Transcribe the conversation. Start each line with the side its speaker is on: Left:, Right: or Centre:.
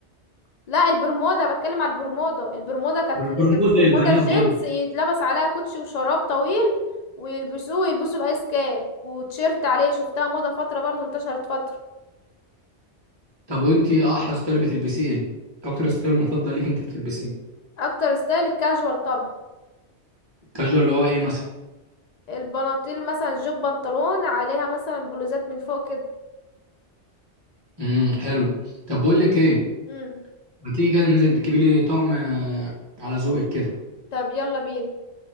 Left: لا البرمودا بتكلم على البرمودا البرمودا كانت
Right: والبرمودا
Left: كانت برمودا
Right: للبنات
Left: الجينز
Right: برضه
Left: يتلبس عليها كوتشي وشراب طويل ويلبسوه يلبسوا الايس كاب وتيشيرت عليه شفتها موضة فترة برضو انتشرت فترة
Right: طب وانت احلى ستايل بتلبسيه ايه اكتر ستايل مفضل ليك انت بتلبسيه
Left: اكتر ستايل الكاجوال طبعا
Right: كاجوال اللي هو ايه مثلا
Left: البناطيل مثلا جيب بنطلون عليها مثلا بلوزات من فوق كده
Right: امم حلو طب بقول لك ايه
Left: امم
Right: ما تيجي كده ننزل تجيبي لي طقم آه، على ذوقك كده
Left: طب يلا بينا